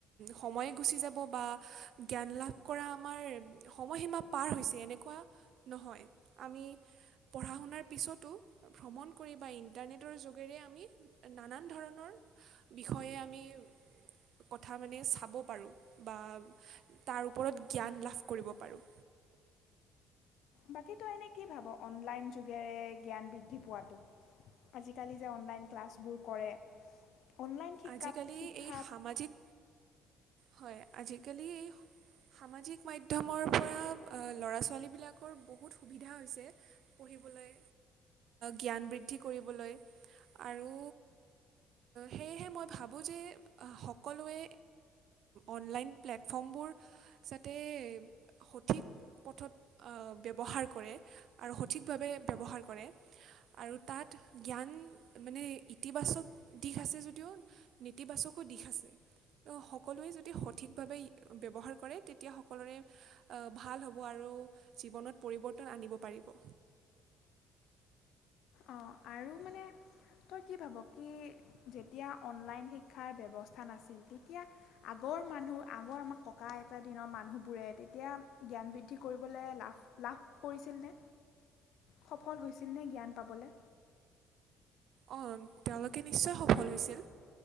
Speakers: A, on the right (about 65°); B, on the left (about 70°).
A: সময় গুচি যাব বা জ্ঞান লাভ কৰা আমাৰ সময়সীমা পাৰ হৈছে এনেকুৱা নহয় আমি পঢ়া শুনাৰ পিছতো ভ্ৰমণ কৰি বা ইণ্টাৰনেটৰ যোগেৰে আমি নানান ধৰণৰ বিষয়ে আমি কথা মানে চাব পাৰোঁ বা তাৰ ওপৰত জ্ঞান লাভ কৰিব পাৰোঁ
B: বাকীতো এনেই কি ভাব, অনলাইন যুগেৰে জ্ঞান বৃদ্ধি পোৱাতটো, আজিকালি যে অনলাইন ক্লাছবোৰ কৰে অনলাইন শিকা
A: আজিকালি
B: শিক্ষা''
A: এই সামাজিক হয় আজিকালি সামাজিক মাধ্যমৰ পৰা ল'ৰা ছোৱালীবিলাকৰ বহুত সুবিধা হৈছে, পঢ়িবলৈ, জ্ঞান বৃদ্ধি কৰিবলৈ, আৰু সেয়েহে মই ভাবোঁ যে সকলোৱে অনলাইন প্লেটফৰ্মবোৰ যাতে সঠিক পথত ব্যৱহাৰ কৰে। আৰু সঠিকভাৱে ব্যৱহাৰ কৰে। আৰু তাত জ্ঞান মানে ইতিবাচক দিশ আছে যদিও নেতিবাচকো দিশ আছে সকলোৱে যদি সঠিকভাৱে ব্যৱহাৰ কৰে তেতিয়া সকলোৰে ভাল হ'ব আৰু জীৱনত পৰিৱৰ্তন আনিব পাৰিব
B: অঁ আৰু মানে তই কি ভাব কি যেতিয়া অনলাইন শিক্ষাৰ ব্যৱস্থা নাছিল তেতিয়া আগৰ মানুহ আগৰ আমাৰ ককা আইতা দিনৰ মানুহবোৰে তেতিয়া জ্ঞান বৃদ্ধি কৰিবলৈ লাভ লাভ কৰিছিলনে সফল হৈছিলনে জ্ঞান পাবলৈ
A: অঁ, তেওঁলোকে নিশ্চয় সফল হৈছিল